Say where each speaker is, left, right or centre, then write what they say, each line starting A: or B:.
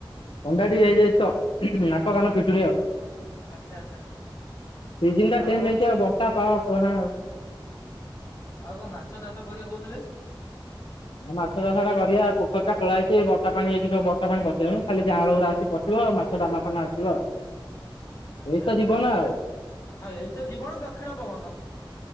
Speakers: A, on the left (about 80°); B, on the left (about 35°).
A: ଥଣ୍ଡା ଟିକେ ହେଇଯାଇଚି ତ ନାକ କାନ ଫିଟୁନି ଆଉ।
B: ଆଚ୍ଛା ଆଚ୍ଛା।
A: ସିଜନ ଟା
B: ଆଉ
A: ଚେଞ୍ଜ
B: ବନ୍ଧୁ
A: ହେଇଛି ଆଉ, ବର୍ଷା ପାଗ କୁହନା ଆଉ।
B: ଆଉ କଣ ମାଛ ଚାଷ କରିବେ କହୁଥିଲେ?
A: ମାଛ ଚାଷଟା କରିବା ପୋଖରୀଟା ଖୋଳା ହେଇଛି, ଏଇ ବର୍ଷା ପାଣି ହେଇକି ସବୁ ବର୍ଷ ପାଣି ପସି <unintelligible> ଖାଲି ଜାଆଁଳ ଗୁରା ଆସିି ପଶିବ। ମା ମାଛ ଦାନା ଫାନା ଆସିବ ଆଉ।
B: ଆଚ୍ଛା
A: ଏଇ ତ
B: ଆଚ୍ଛା
A: ଜୀବନ
B: ତାହେଲେ
A: ଆଉ।
B: ଆଉ ଏଇ ତ ଜୀବନ ଦକ୍ଷିଣ ପବନ।